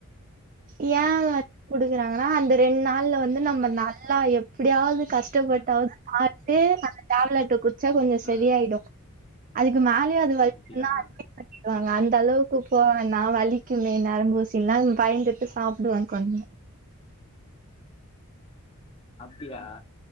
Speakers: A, on the right; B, on the left.
A: ஏ
B: ஆ
A: வந்து குடுக்றாங்கனா அந்த ரெண் நாள்ல வந்து நம்ம நல்லா எப்டியாவது கஷ்ட கஷ்டப்பட்டாவ்து
B: என்ன
A: சாப்ட்டு அந்த டேப்லெட்ட குடிச்சா கொஞ்சோ
B: ஆ
A: சரியாயிடு அதுக்கு மேலயு அது வலிச்சுதுனா
B: அப்டியா
A: அ வாங்க அந்த அளவுக்கு போன்னா வலிக்குமே நரம்பூசில்லான் பயந்துட்டு சாப்டுவாங்க <unintelligible>
B: அப்டியா